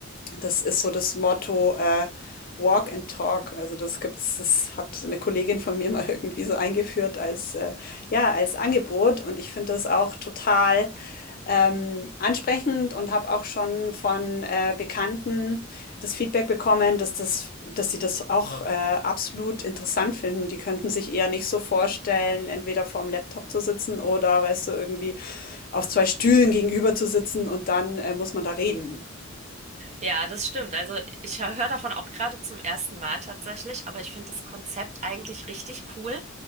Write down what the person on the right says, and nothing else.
Ja, das stimmt. Also ich höre davon auch gerade zum ersten Mal tatsächlich, aber ich finde das Konzept eigentlich richtig cool,